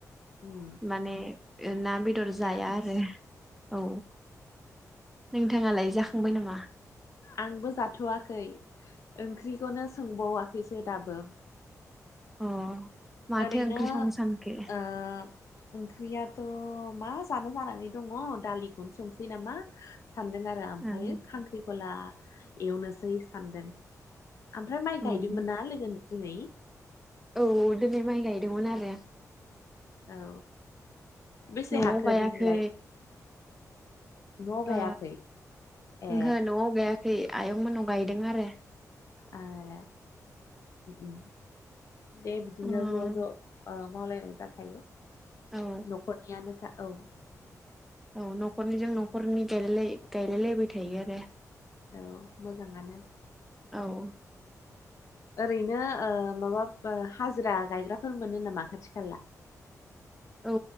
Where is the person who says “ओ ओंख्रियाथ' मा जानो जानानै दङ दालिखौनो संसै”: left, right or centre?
Left